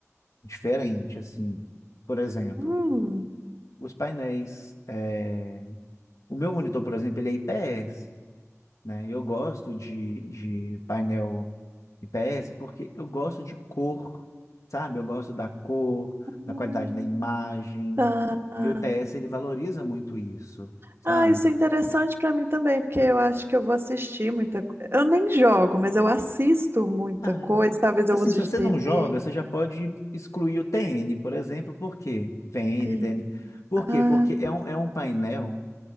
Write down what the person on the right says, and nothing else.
Hum.
Hum,
Tá.
Ah, isso é interessante pra mim também, porque eu acho que eu vou assistir muita coisa. Eu nem jogo, mas eu assisto muita
coisa. Talvez eu
use
de TV.
Tem-
Ah,